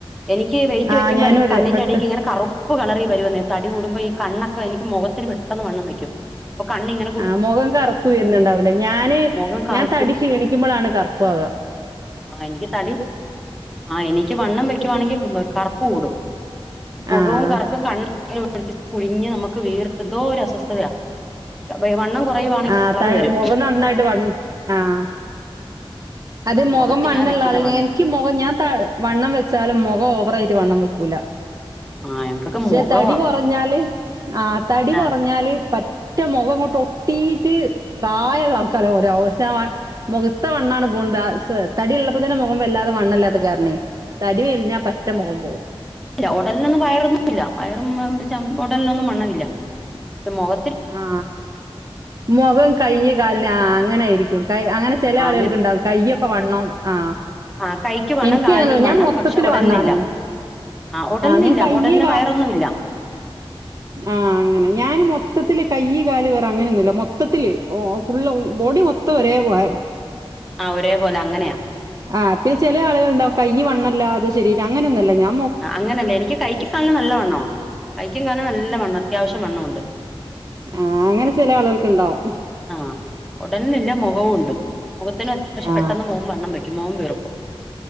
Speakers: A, in the centre; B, on the right (about 35°).
A: എനിക്ക് ഈ വെയ്റ്റ്
B: ആ
A: വെക്കുമ്പോ
B: ഞാനും
A: എനിക്ക്
B: അതെ
A: കണ്ണിന്റെ
B: പെട്ടെന്ന്
A: അടിയൊക്കെ ഇങ്ങെനെ കറു പ്പു കളറിൽ വരുവന്നെ തടി കൂടുമ്പോ ഈ കണ്ണൊെക്കെ എനിക്ക് മുഖത്തിന് പെട്ടെന്ന് വണ്ണം വയ്ക്കും. പ്പൊ കണ്ണിങ്ങ
B: ആ മുഖം കറുപ്പ് വരുന്നുണ്ടാവൂല്ല. ഞാന്
A: മുഖം കറുക്കും
B: ഞാൻ തടി ക്ഷീണിക്കുമ്പളാണ് കറുപ്പാക.
A: ആ എനിക്ക് തടി ആഹ് എനിക്ക് വണ്ണം വെക്കുവാണെങ്കിൽ കറുപ്പ് കൂടും. മുഖവും
B: ആഹ്
A: കറുക്കും കണ് <unintelligible> കുഴിഞ്ഞ് നമുക്ക് വീർത്ത് ന്തോ ഒരു അസ്വസ്ഥതയാ. അപ്പഈ വണ്ണകൊ യുവാണെങ്കി
B: ആഹ്
A: കളർ വരും.
B: ത വൺ ആഹ് അത്
A: ആ
B: മൊഖം
A: മുഖത്തിനാ
B: വണ്ണല്ലാൾ
A: വെക്കുന്ന വണ്ണം
B: ഞാൻ ക്ക് മൊഖ ഞാൻ ത വണ്ണം വെച്ചാലും മൊഖം ഓവറായിട്ട് വണ്ണം വെക്കൂല.
A: ആ ഞങ്ങക്കൊക്കെ
B: ക്ഷെ
A: മുഖവാ
B: തടി കൊറഞ്ഞാല് ആ തടി
A: ആ
B: കൊറഞ്ഞാല് പ റ്റ മൊഖങ്ങോട്ട് ഒട്ടീട്ട് പ്രായല്ലാൾക്കാല്ലേ പോലെ ആവും. പക്ഷേ അ മൊഖത്തെ വണ്ണാണ് പോൺത് അ സ് തടി ഉള്ളപ്പോ തന്നെ മൊഖം വല്ലാതെ വണ്ണല്ലാത്ത കാരണേ. തടി വെലിഞ്ഞാ പറ്റ മൊഖം പോവും.
A: ഒടലിനൊന്നും വയറൊന്നും ഇല്ല വയറൊന്ന് ചം ഉടലിനൊന്നും മണ്ണമില്ല. പക്ഷെ മൊഖ
B: ആ മൊഖം കയ്യ് കാലിന് ആ അങ്ങനായിരിക്കും. കയ് അങ്ങനെ ചെല
A: ആ
B: ആളുകൾക്കുണ്ടാവും.
A: അങ്ങനെ
B: കയ്യൊക്കെ വണ്ണം ആ.
A: ആ കൈക്ക് വണ്ണം
B: എനിക്ക്
A: കാലിനും
B: അങ്ങനല്ല
A: മണ്ണം
B: ഞാൻ മൊത്തത്തില്
A: പക്ഷ് ഒടൽന്ല്ല
B: വണ്ണാണ്
A: ആ ഒടലിനില്ല
B: ഞാൻ കയ്യ്
A: ഒടലിന് വയറൊന്നുമില്ല
B: ആഹ് അങ്ങനെ
A: ആ
B: ഞാന് മൊത്തം മൊത്തത്തില് കൈ കാല് വേറെ അങ്ങനെയൊന്നുംല്ല മൊത്തത്തില് ഓഹ് ഫുള്ള് ബോഡി മൊത്തം ഒരേ പോലെ
A: ആഹ് ഒരേ പോലെ അങ്ങനെയാ
B: ആഹ് പിന്നെ ചെല ആളുകളുണ്ടാവും കൈയ്യ് വണ്ണം ഇല്ലാതെ ശരിരം അങ്ങനൊന്നുല്ല ഞാൻ മൊ
A: ആഹ് അങ്ങനയല്ല. എനിക്ക് കൈയിക്കും കാലിനും നല്ല വണ്ണവാ. കൈയിക്കും കാലിനും നല്ല വണ്ണം അത്യാവശ്യം വണ്ണമുണ്ട്.
B: ആഹ് അങ്ങനെ ചെല ആളുകൾക്ക് ഇണ്ടാവും
A: ആഹ് ഉടലിനില്ല മൊഖവും ഉണ്ട് മുഖത്തിന് അത്യാവശ്യം
B: ആ
A: പെട്ടെന്ന് മുഖം വണ്ണം വെയ്ക്കും മുഖം വീർക്കും.